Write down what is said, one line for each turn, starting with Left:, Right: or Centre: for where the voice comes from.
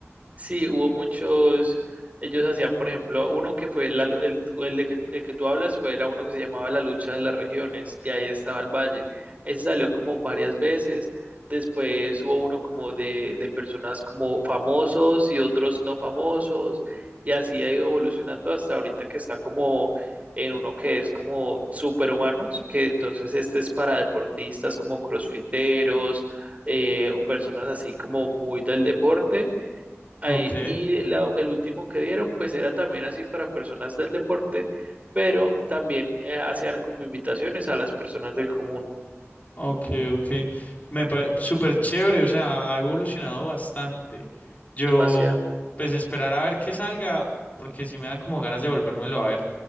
Right: Sí, hubo muchos, ellos hacían, por ejemplo, uno que fue la lu- el, el de que, el que tú hablas fue, era uno que se llamaba La lucha de las regiones y ahí estaba el valle. Ese salió como varias veces. Después hubo uno como de, de personas como famosos y otros no famosos y así ha ido evolucionando hasta ahorita que está como en uno que es como superhumanos, que entonces este es para deportistas como crossfiteros eh, o personas así como muy del deporte Ahí,
Left: Ok,
Right: y la- el último que dieron, pues era también así para personas del deporte, pero también eh, hacían como invitaciones a las personas del común.
Left: ok, ok. Me parece súper chévere, o sea, ha evolucionado bastante. Yo,
Right: demasiado
Left: pues esperar a ver qué salga, porque si me dan como ganas de volvérmelo a ver.